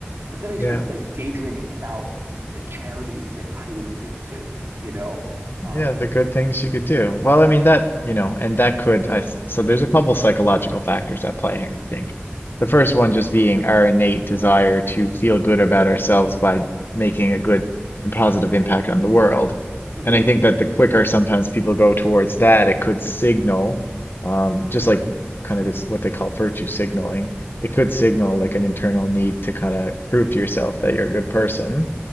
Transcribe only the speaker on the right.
But then I started
like daydreaming about like charities that I would give to, you know. Um,
mhm.